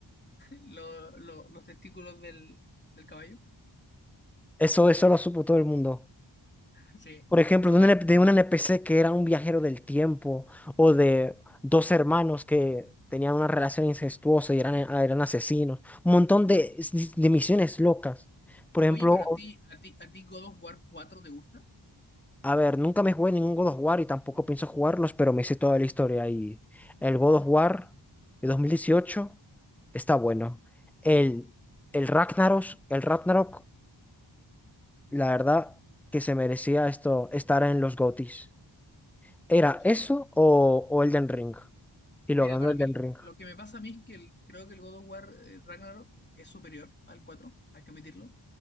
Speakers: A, on the left; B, in the centre.
A: lo- lo- los testículos del, del caballo.
B: Eso, eso lo supo todo el mundo.
A: <laughs> Sí,
B: Por ejemplo,
A: sí, son
B: de un,
A: me
B: N- de un NPC que era un viajero del tiempo o de dos hermanos que tenían una relación incestuosa y eran, ah, eran asesinos. Un montón
A: Uh.
B: de, de misiones locas. Por ejemplo,
A: Oye, pero a ti, a ti, a ti God of War 4 te gusta?
B: a ver, nunca me jugué ningún God of War y tampoco pienso jugarlos, pero me sé toda la historia. Y el God of War de 2018 está bueno. El, el Ragnaros, el Ragnarok, la verdad que se merecía esto, estar en los GOTYs. Era
A: Sí.
B: eso o, o Elden Ring. Y lo
A: Mira,
B: ganó
A: para
B: Elden
A: mí,
B: Ring.
A: lo que me pasa a mí es que el- creo que el God of War eh, Ragnarok es superior al 4, hay que admitirlo.